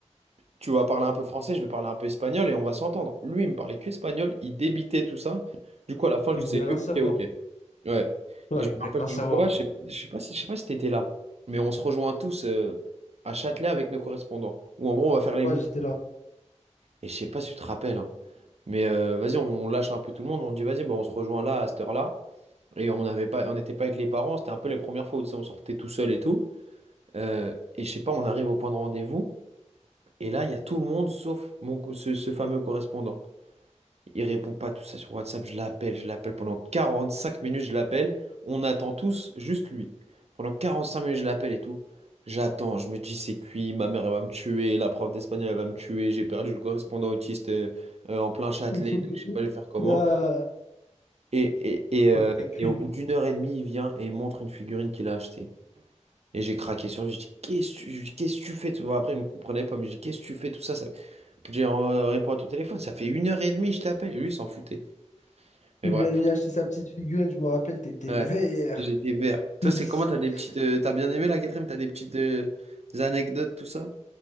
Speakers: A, on the right (about 60°); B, on the left (about 85°).
A: tu vas parler un peu français, je vais parler un peu espagnol et on va s'entendre. Lui, il me parlait que espagnol, il débitait tout ça. Du coup, à la fin, je
B: Ils
A: disais
B: voulaient
A: que
B: rien
A: ok,
B: savoir.
A: ok. Ouais.
B: Ouais,
A: Et je
B: ils
A: me
B: voulaient
A: rappelle
B: rien
A: d'une
B: savoir.
A: fois, je sais, je sais pas si, je sais pas si t'étais là, mais on se rejoint tous euh, à Châtelet avec nos correspondants. Où en gros, on va faire les
B: Ouais,
A: bouches.
B: j'étais là.
A: Et je sais pas si tu te rappelles, hein, mais euh, vas-y, on, on lâche un peu tout le monde. On dit vas-y, bah, on se rejoint là à cette heure-là. Et on n'avait pas, on n'était pas avec les parents. C'était un peu les premières fois où tu sais, on sortait tout seul et tout. Euh, et je sais pas, on arrive au point de rendez-vous. Et là, il y a tout le monde sauf mon, co- ce ce fameux correspondant. Il répond pas tout ça sur WhatsApp. Je l'appelle, je l'appelle pendant 45 minutes, je l'appelle. On attend tous, juste lui. Pendant 45 minutes, je l'appelle et tout. J'attends, je me dis c'est cuit, ma mère elle va me tuer, la prof d'espagnol elle va me tuer, j'ai perdu le correspondant autiste euh, euh, en plein Châtelet,
B: <laughs>
A: et tout, je sais pas je vais faire comment.
B: Là,
A: Et, et, et, euh,
B: T'es cuit.
A: et au bout d'une heure et demie, il vient et il montre une figurine qu'il a achetée. Et j'ai craqué sur lui, je dis qu'est-ce que tu je dis, qu'est-ce que tu fais? tout ça Après, il me comprenait pas, mais je dis qu'est-ce que tu fais tout ça, ça... J'ai euh, répondu à ton téléphone, ça fait une heure et demie, je t'appelle. Et lui, il s'en foutait. Mais
B: il
A: bref.
B: lui allait acheter sa petite figurine, je me rappelle, t'étais
A: Ouais,
B: vert.
A: j'ai des verres. Toi,
B: <laughs>
A: c'est comment? T'as des petites. euh, t'as bien aimé la quatrième? T'as des petites euh, des anecdotes, tout ça?